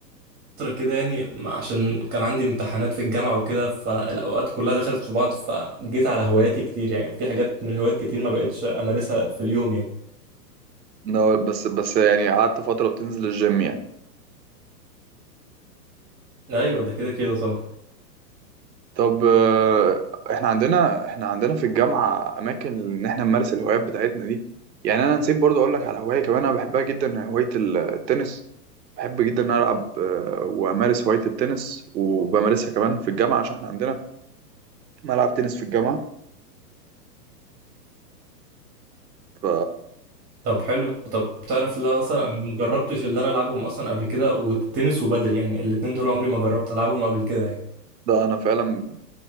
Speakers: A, on the right; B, on the right.
A: كده يعني ما- عشان كان عندي امتحانات في الجامعه وكده فالاوقات كلها دخلت في بعض فجيت على هواياتي كتير يعني في حاجات من الهوايات كتير ما بقتش امارسها في اليوم يعني
B: no, بس بس يعني قعدت فترة بتنزل الجيم يعني
A: ايوه ده كده كده طبعا
B: طب آه، احنا عندنا احنا عندنا في الجامعة أماكن إن احنا نمارس الهوايات بتاعتنا دي يعني أنا نسيت برضه أقول لك على هواية كمان أنا بحبها جدا هواية ال- التنس بحب جدا إن أنا ألعب آه، وأمارس هواية التنس وبمارسها كمان في الجامعة عشان احنا عندنا ملعب تنس في الجامعة ف
A: طب حلو طب تعرف لا اصلا انا ما جربتش اللي انا العبهم اصلا قبل كده والتنس وبادل يعني الاتنين دول عمري ما جربت العبهم قبل كده يعني.
B: ده أنا فعلا